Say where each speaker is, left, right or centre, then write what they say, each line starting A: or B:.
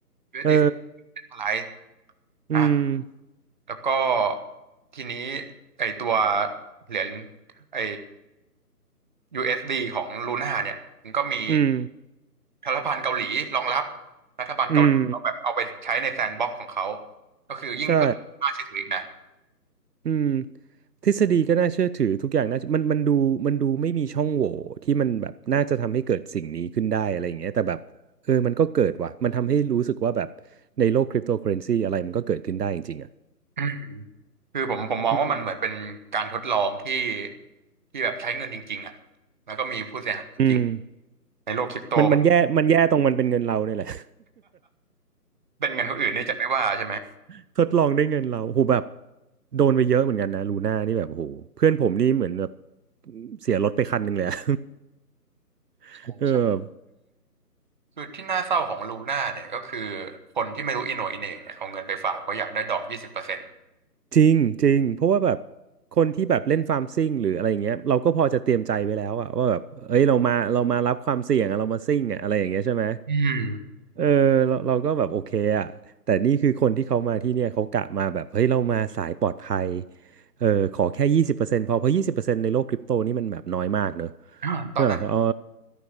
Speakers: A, on the right; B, on the right.
A: USDC
B: เออ
A: centralized
B: อืม
A: อ่า แล้วก็ทีนี้ไอตัวเหรียญไอ USD ของลูน่าเนี่ยมันก็มี
B: อืม
A: รัฐบาลเกาหลีรองรับรัฐบาลเกาหลีเขาแบบเอาไปใช้ในแซนด์บ็อกซ์ของเขา
B: อืม
A: ก็คือยิ่งเพิ่มค่าเชื่อถืออีกนะ
B: ใช่ อืมทฤษฎีก็น่าเชื่อถือทุกอย่างน่ามันมันดูมันดูไม่มีช่องโหว่ที่มันแบบน่าจะทำให้เกิดสิ่งนี้ขึ้นได้อะไรอย่างเงี้ยแต่แบบเออมันก็เกิดว่ะมันทำให้รู้สึกว่าแบบในโลกคริปโตเคอเรนซีอะไรมันก็เกิดขึ้นได้จริงๆอ่ะ
A: อืมคือผมผมมองว่ามันเหมือนเป็นการทดลองที่
B: อืม
A: ที่แบบใช้เงินจริงๆอ่ะแล้วก็มีผู้เสียหายจริง
B: อืม
A: ในโลกคริปโตมัน
B: มันมันแย่มันแย่ตรงมันเป็นเงินเราเนี่ยแหละ
A: เป็นเงินคนอื่นนี่จะไม่ว่าใช่ไหม
B: <laughs> ทดลองด้วยเงินเราโหแบบโดนไปเยอะเหมือนกันนะลูน่านี่แบบโหเพื่อนผมนี่เหมือนแบบเสียรถไปคันหนึ่งเลยอะ <laughs>
A: ใช่ใช่
B: เออ
A: คือที่น่าเศร้าของลูน่าเนี่ยก็คือคนที่ไม่รู้อีโหน่อีเหน่เนี่ยเอาเงินไปฝากเพราะอยากได้ดอกยี่สิบเปอร์เซ็นต์
B: จริงจริงเพราะว่าแบบคนที่แบบเล่นฟาร์มซิ่งหรืออะไรอย่างเงี้ยเราก็พอจะเตรียมใจไว้แล้วอะว่าแบบเอ้ยเรามาเรามารับความเสี่ยงอะเรามาซิ่งอะอะไรอย่างเงี้ยใช่ไหม
A: อืม
B: เออเราเราก็แบบโอเคอะแต่นี่คือคนที่เขามาที่เนี่ยเขากะมาแบบเฮ้ยเรามาสายปลอดภัยเออขอแค่ยี่สิบเปอร์เซ็นต์พอเพราะยี่สิบเปอร์เซ็นต์ในโลกคริปโตนี่มันแบบน้อยมากเนอะ
A: อ่าตอนนั้น
B: ใช่ป่ะเออ